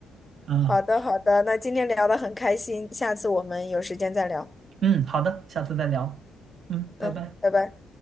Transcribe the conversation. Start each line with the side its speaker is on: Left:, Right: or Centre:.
Right: 啊，
Left: 好的好的，那今天聊得很开心，下次我们有时间再聊。
Right: 嗯，好的，下次再聊，嗯，拜拜。
Left: 嗯，拜拜。